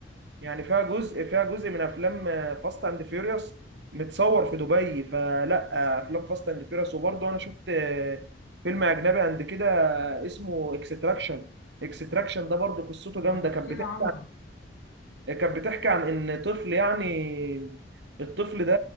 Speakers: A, on the right; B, on the left.
A: يعني فيها جزء فيها جزء من أفلام فاست أند فيوريوس متصور في دبي فلا آه، أفلام فاست أند فيوريوس وبرضه أنا شفت آه، فيلم أجنبي عند كده اسمه اكستراكشن اكستراكشن ده برضه قصته جامدة
B: ما تحكي
A: كانت بتحكي
B: لي عنه
A: كانت بتحكي عن ان طفل يعني الطفل ده